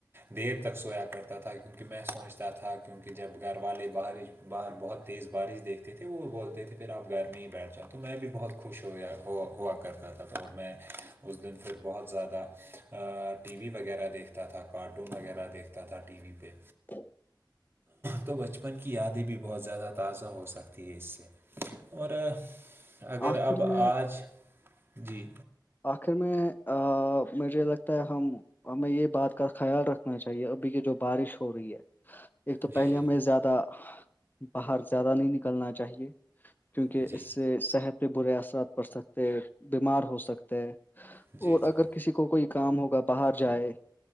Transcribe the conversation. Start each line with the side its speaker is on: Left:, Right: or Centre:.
Right: دیر تک سویا کرتا تھا کیونکہ میں سوچتا تھا کیونکہ جب گھر والے باہر باہر بہت تیز بارش دیکھتے تھے تھے وہ بولتے تھے پھر آپ گھر میں ہی بیٹھ جاؤ تو میں بھی بہت خوش ہویا ہوا کرتا تھا اور میں اس دن پھر بہت زیادہ ٹی وی وغیرہ دیکھتا تھا کارٹون وغیرہ دیکھتا تھا ٹی وی پہ
Left: ج <unintelligible>
Right: تو بچپن کی یادیں بھی بہت زیادہ تازہ ہو سکتی ہے اس سے اور اگر
Left: آخر
Right: اب
Left: میں
Right: آج جی
Left: آخر میں مجھے لگتا ہے ہم ہمیں یہ بات کا خیال رکھنا چاہیے ابھی کی جو بارش ہو رہی ہے ایک تو
Right: جی
Left: پہلے
Right: جی
Left: ہمیں زیادہ باہر زیادہ نہیں نکلنا چاہیے کیونکہ
Right: جی
Left: اس سے صحت پہ برے اثرات پڑ سکتے بیمار ہو سکتے اور
Right: جی جی
Left: اگر کسی کو کوئی کام ہوگا باہر جائے